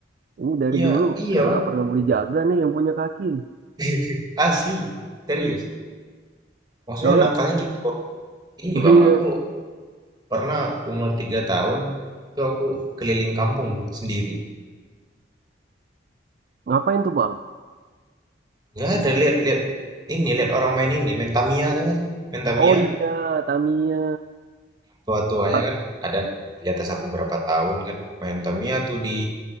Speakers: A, on the right (about 50°); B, on the right (about 20°).
A: Ini dari
B: iya
A: dulu
B: iya
A: kayak
B: bang
A: nggak pernah boleh jaga nih yang punya kaki.
B: <laughs> asli serius maksudnya
A: Soalnya
B: nakalnya gitu ini
A: <laughs>
B: bang
A: iya.
B: aku pernah umur tiga tahun itu aku keliling kampung sendiri
A: Ngapain tuh bang?
B: Nggak ada, lihat, lihat. Ini, lihat orang main ini, main Tamiya tuh nggak sih? Main Tamiya,
A: Oh iya, Tamiya.
B: tua-tuanya
A: Pak,
B: kan ada di atas aku berapa tahun kan. Main Tamiya tuh di,